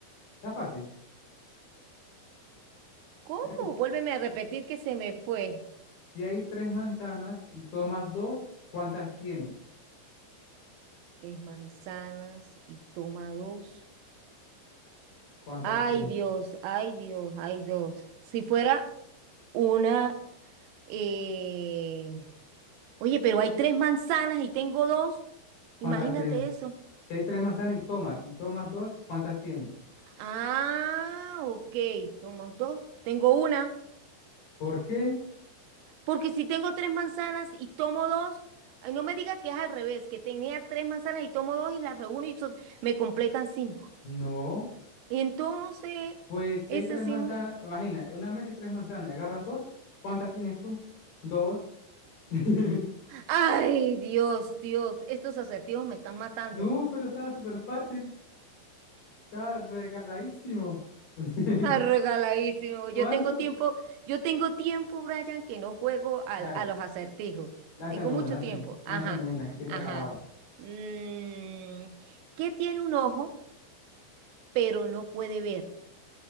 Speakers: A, on the left; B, on the right.
A: Está fácil.
B: ¿Cómo?
A: Si, escu-
B: Vuélveme a repetir que se me fue.
A: si hay tres manzanas y tomas dos, ¿cuántas tienes?
B: Tres manzanas y toma dos.
A: ¿Cuántas
B: Ay,
A: tienes?
B: Dios, ay, Dios, ay, Dios. Si fuera una... eh, Oye, pero hay tres manzanas y tengo dos.
A: ¿Cuántas
B: Imagínate
A: tienes?
B: eso.
A: Si hay tres manzanas y tomas, y tomas dos, ¿cuántas tienes?
B: Ah, ok, tomo dos. Tengo una.
A: ¿Por qué?
B: Porque si tengo tres manzanas y tomo dos, ay, no me diga que es al revés, que tenía tres manzanas y tomo dos y las reúno y so- me completan cinco.
A: No.
B: Y entonces,
A: Pues si
B: es
A: hay tres
B: así.
A: manzanas,
B: ¿no?
A: imagina, en una mesa hay tres manzanas y agarras dos, ¿cuántas tienes tú? Dos. <laughs>
B: Ay, Dios, Dios, estos acertijos me están matando.
A: No, pero estaba súper fácil, estaba regaladísimo. <laughs>
B: Ah, regaladísimo. Yo
A: ¿Cuánto?
B: tengo tiempo, yo tengo tiempo, Brian, que no juego al-
A: Dale,
B: a, los acertijos.
A: lánzame
B: Tengo
A: una,
B: mucho
A: lánzame,
B: tiempo.
A: lánzame
B: Ajá,
A: una, que estoy preparado.
B: ajá. Mm, ¿qué tiene un ojo, pero no puede ver?